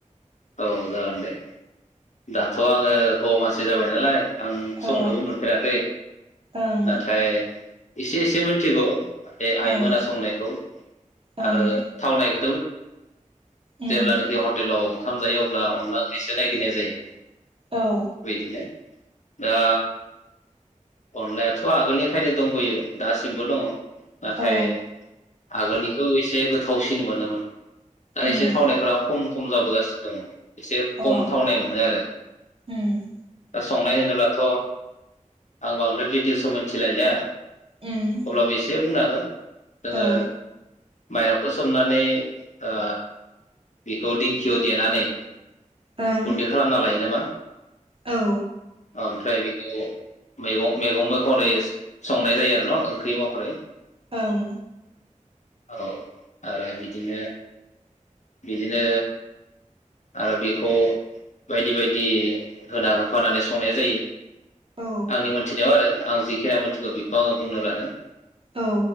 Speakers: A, on the left; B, on the right.
A: औ जागोन दे दाथ' आङो हौवा मानसि जाबाय नालाय आं संनोबो
B: औ
A: मोनफेराखै
B: ओं
A: नाथाय एसे एसे मिथिगौ बे आइमोना
B: ओं
A: संनायखौ
B: ओं
A: आरो थावनाय <unintelligible>
B: उम
A: जेब्ला नेखि हटेलाव ओंखाम जायो अब्ला अनला ओंख्रिसो नायगिरनाय जायो
B: औ
A: बिदिनो दा अनलायाथ' आगोलनिफ्रायनो दंबोयो दासिमबो दङ नाथाय
B: औ
A: आगोलनिखौ एसे गोथावसिन मोनोमोन दा
B: उम
A: एसे थावनायफोरा खम खमजाबबो गासिनो दङ एसे
B: अ
A: खम थावनाय मोनो आरो
B: उम
A: दा संनाय होनोब्लाथ' आं बांद्राय दिटेलसखौ मोनथिलायला
B: उम
A: अब्लाबो एसे बुंनो हा गोन जोङो
B: औ
A: माइरंखौ सोमनानै ओ बेखौ दिंखियाव देनानै
B: ओं
A: गुन्दै खालामना लायो नामा
B: औ
A: ओमफ्राय बेखौ मैगं मैगं महरै संनाय जायो आरो न' ओंख्रि महरै
B: ओं
A: औ आरो बिदिनो बिदिनो आरो बेखौ बायदि बायदि होना होफानानै संनाय जायो
B: औ
A: आंनि मोनथिनायाव आरो आं जिखिनिया मोनथिगौ बेखौ आङो बुंनो लादों
B: औ